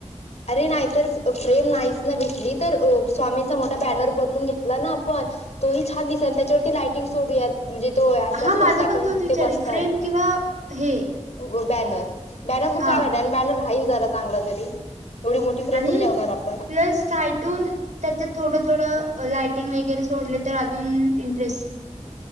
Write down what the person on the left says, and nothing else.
अरे नाही तर फ्रेम नाहीच ना भेटली तर स्वामींचा मोठा बॅनर बनवून घेतला ना आपण तोही छान दिसन आणि त्याच्यावरती लायटिंग सोडूयात म्हणजे तो ह्याचा
असतो
नाही का आपण
इथे
बसतात
व बॅनर बॅनर खूप
छान वाटन आणि बॅनर राहीन जरा चांगला तरी एवढी मोठी फ्रेम
कुठे ठेवणार आपण?